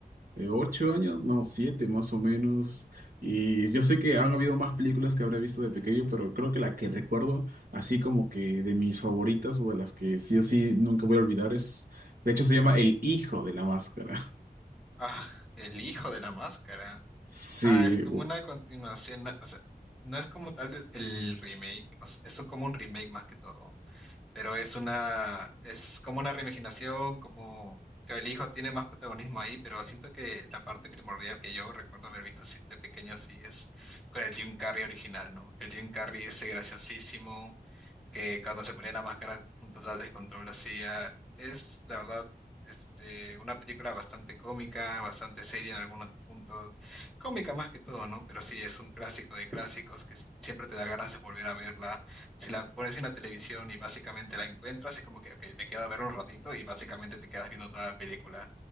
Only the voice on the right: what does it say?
eh, ocho años, no, siete más o menos. Y yo sé que han habido más películas que habrá visto de pequeño, pero creo que la que recuerdo, así como que de mis favoritas o de las que sí o sí nunca voy a olvidar, es, de hecho se llama El Hijo de la Máscara. <laughs>
Sí,
u-